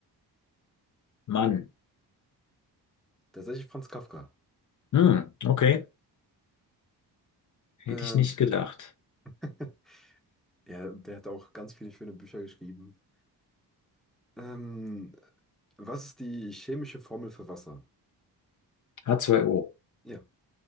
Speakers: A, on the left; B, in the centre.
A: Mann.
B: Tatsächlich Franz Kafka.
A: Hm, okay. Hätte
B: Ähm,
A: ich nicht gedacht.
B: <laughs> Ja, der hat auch ganz viele schöne Bücher geschrieben. Ähm, was ist die chemische Formel für Wasser?
A: h zwei o
B: Ja,